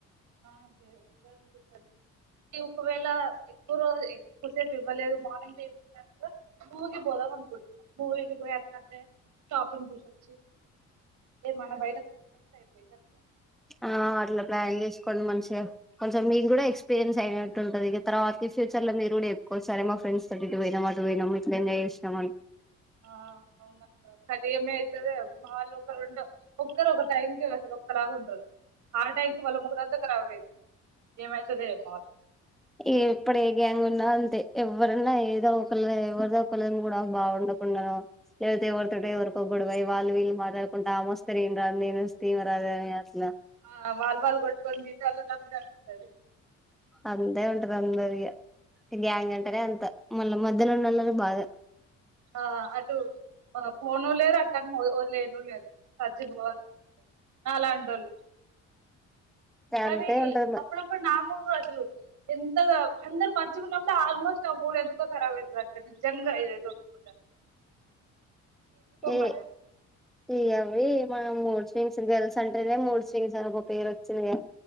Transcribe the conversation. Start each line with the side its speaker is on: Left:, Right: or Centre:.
Right: ఆ చే అదే అనుకుంటాన ఒకవేళ ఒకరోజే ఎక్కువ సేపు ఇవ్వలేదు మార్నింగ్ <unintelligible> ఊగి పోదమనుకుం ఉరికి పోయి ఆ టాపింగ్ చూసొచ్చి ఏమన్న బయట తినేషస్తే అయిపై ఖాతం
Centre: ఆ అట్లా ప్లాన్ చేసుకోండి మంచిగా కొంచెం మీకు కూడా ఎక్స్పీరియన్స్ అయినట్టు ఉంటంది ఇగ తర్వాతికి ఫ్యూచర్ లో మీరు కూడా చెప్పుకోవచ్చు అరె మా ఫ్రెండ్స్ తోటి ఇటు పోయినాము అటు పోయినాము ఇట్లా ఎంజాయ చేసినాం అని
Right: ఆ అవునక్క కది ఏమి అయితదో ఏమో మా వాళ్ళు ఒకరుంటే ఒక్కరు ఒక టైంకి అసలు ఒక్కలాగా ఉం ఆ టైంకి వాళ్ళ మూడంత కారాబైంది ఏమయితదేమో ఆ
Centre: ఈ ఎప్పుడు ఏ గ్యాంగ్ ఉన్నా అంతే ఎవ్వరున్నా ఏదో ఒకన్లే ఎవరిదో ఒకళని కూడా బాగుండకుండానో లేదైతే ఎవరితోటో ఎవరికో గోడవై వాళ్ళు వీళ్ళు మాట్లాడుకుంట ఆమస్తే నేను రాను నేను వస్తే ఇమే రాదని అట్ల
Right: ఆ వాల్ వాల్ కొట్టుకొని మిగతోల్ల చంపినట్టు ఉంటది
Centre: అంతే ఉంటది అంద రియా గ్యాంగ్ అంటానే అంత మళ్ళా మధ్యలున్నోళ్ళది బాధ
Right: ఆ అటు పోను లేరు అట్టను వదిలేయను లేరు చచ్చిపోవాలనీ నాలా టోళ్ళు కానీ
Centre: అంతే ఉంటది
Right: అప్పుడుప్పుడు నా మూడ్ కూడా అసలు ఎంత అందరు మంచిగున్నప్పుడే ఆల్మోస్ట్ నా ముడు ఎందుకో ఖరాబ్ అయితది అక్క నిజంగా ఇదైతే ఒప్పుకుంట
Centre: ఏ
Right: మరి
Centre: ఇ అవ్వీ మన మూడు స్వింగ్స్ గల్స్ అంటేనే మూడు స్వింగ్స్ అని ఒక పేరు వచ్చింది కదా